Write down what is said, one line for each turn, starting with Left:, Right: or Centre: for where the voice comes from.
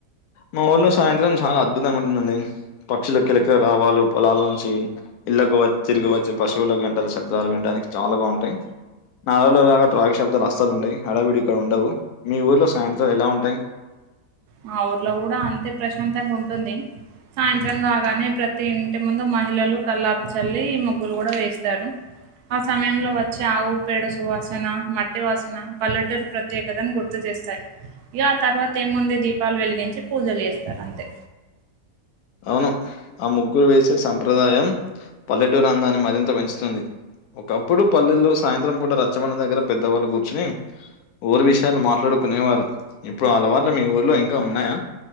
Left: మా ఊల్లో సాయంత్రం చాలా అద్భుతంగా ఉంటుందండి పక్షుల కిలకిల రాగాలు పొలాల నుంచి ఇళ్లకు వచ్చి తిరిగి వచ్చి పశువులకు గంటల శబ్దాలు వినడానికి చాలా బాగాఉంటాయి నాాలులో <unintelligible> లాగా ట్రాగి శబ్దాలు అస్లు ఉంటయి అడవిడి ఇక్కడ ఉండవు మీ ఊర్లో సాయంత్రాలు ఎలా ఉంటాయి
Right: మా ఊర్లో కూడా అంతే ప్రశాంతంగా ఉంటుంది సాయంత్రం
Left: హ్మ్.
Right: కాగానే ప్రతి ఇంటి ము ముందు మహిళలు కల్లాపి చల్లి ముగ్గులు కూడా వేస్తారు ఆ సమయంలో వచ్చే ఆవు పేడ సువాసన మట్టి వాసన పల్లెటూరు ప్రత్యేకతను గుర్తు చేస్తాయి ఇగ ఆ తర్వాత ఏముంది దీపాలు వెలిగించి పూజలు చేస్తారు అంతే
Left: అవును ఆ ముగ్గులు వేసే సంప్రదాయం పల్లెటూరందాన్ని మరింత పెంచుతుంది ఒకప్పుడు పల్లెల్లో సాయంత్రం పూట రచ్చబండ దగ్గర పెద్దవాళ్ళు కూర్చుని ఊరు విషయాలు మాట్లాడుకునేవారు ఇప్పుడు అలవాట్లు మీ ఊర్లో ఇంకా ఉన్నాయా